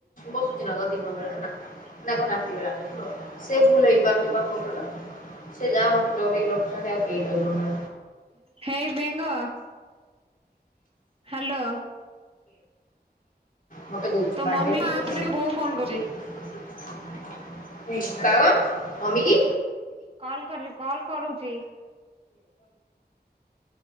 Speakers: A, on the left; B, on the right.
A: ବସୁଛି ନା କ ଦିିନ ବେଳା ନା ନା କଣ ରାତି ବେଳା ହୁ ସେ ଭୁଲ ହେଇ ପାରୁନି ବା ମୁଣ୍ଡର ସେ ଯାହା ମତେ ନୋର ରଖ ଆଉ କେେଇଟଲୁ ନା
B: ହେଇ ବେଙ୍ଗ ହ୍ୟାଲୋ
A: ମତେ କହୁ
B: ତୋ
A: ବାର୍ଥଡେ
B: ମମି
A: କି
B: ଆପରେ
A: ନା <unintelligible>
B: ବୋଉ ଫୋନ କରୁଛି
A: ମମି କି।
B: କଲ କରି କଲ କରୁଛି